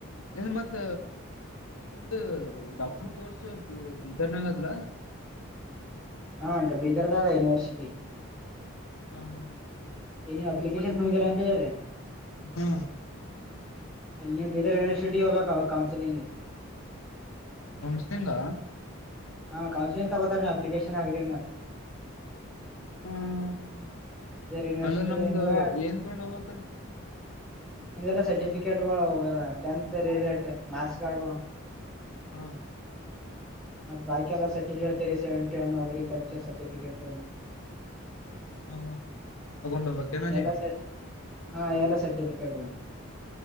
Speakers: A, on the left; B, in the centre.
A: ಇದು ಮತ್ತ. ಇದರದು ಡಾಕ್ಟರ್ ಕೋರ್ಸ್ ಬೀದರ್ನಾಗದಲ.
B: ಹಾ ಭೀದರ್ದಾಗ ಯೂನಿವೇರ್ಸಿಟಿ.
A: ಹಾ ಹಾ ಹಾ
B: ಇನು ಅಪ್ಲಿಕೇಶನ್
A: ಮತ್
B: ತುಂಬಿರಂತೇಳಿ.
A: ನೀ ಹಾ
B: ಅಲ್ಲಿ ಬೀದರ್ ಯೂನಿವೇರ್ಸಿಟಿ ಹೋಗಬೇಕಾ ಆಗ ಕೌನ್ಸಲಿಂಗ್ಗೆ.
A: ಕೌನ್ಸಿಲಿಂಗ್.
B: ಹಾ ಕೌನ್ಸ್ಲಿಂಗ್ ತಗೋತಾರೆ ನೀವು ಅಪ್ಲಿಕೇಶನ್ ಆಗಿದೀರಿ ಮೆಲೆ.
A: ಹ್ಮ ಹ್ಮ ಹ್ಮ
B: ಯೂನಿವರ್ಸಿಟಿ
A: ಅಂದ್ರೆ ನಮ್ದು
B: ನಿಮ್ಗ
A: ಏನ್ ತೊಂಡ್ ಹೋಗಬೇಕ್ ಅಲ್ಲಿ.
B: ನಿಮ್ದೆಲ್ಲ ಸರ್ಟಿಫಿಕೇಟ್ಗಳು ಅವೆರ ಟೆಂತ್ ರಿಸಲ್ಟ್ ಮಾರ್ಕ್ಸ್ ಕಾರ್ಡ್.
A: ಹಾ
B: ಮತ್ತ ಬಾಕ ಎಲ್ಲ ಸರ್ಟಿಫಿಕೇಟ್ ತೆಗಿಸೆವೆಂಟಿ ಅಗ್ರಿಕಲ್ಚರ್ ಸರ್ಟಿಫಿಕೇಟ್ ಕೆಳ್ತಾರ.
A: ಹಾ ತಗೊಂಡ ಹೋಗಬೇಕುನಲ್ಲಿ.
B: ಎಲ್ಲ ಹಾ ಎಲ್ಲಾ ಸರ್ಟಿಫಿಕೇಟ್ಗಳು.